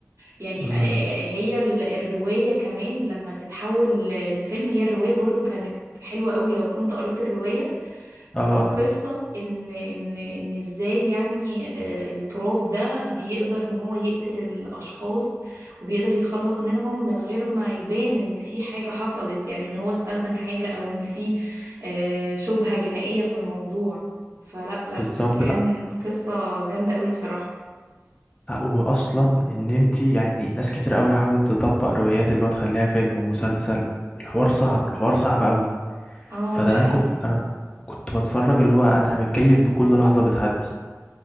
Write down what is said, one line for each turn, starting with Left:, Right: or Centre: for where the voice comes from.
Right: يعني
Left: امم
Right: آه، هي ال- الرواية كمان لما تتحول ل- لفيلم هي الرواية برضو كانت حلوة قوي لو كنت قريت الرواية فالقصة
Left: اه
Right: ان ان ان ازاي يعني آه، التراب ده بيقدر ان هو يقتل الاشخاص وبيقدر يتخلص منهم من غير ما يبان ان في حاجة حصلت يعني ان هو استخدم حاجة او ان في آه، شبهة جنائية في الموضوع فلا لا
Left: بالظبط
Right: كان
Left: لا
Right: قصة جامدة قوي بصراحة
Left: لا، واصلا ان انت يعني ناس كتير قوي حاولت تطبق روايات اللي هو تخليها فيلم ومسلسل الحوار صعب الحوار صعب قوي
Right: اه
Left: فده
Right: ده حقيقي
Left: انا كنت انا كنت بتفرج اللي هو انا متكيف بكل لحظة بتعدي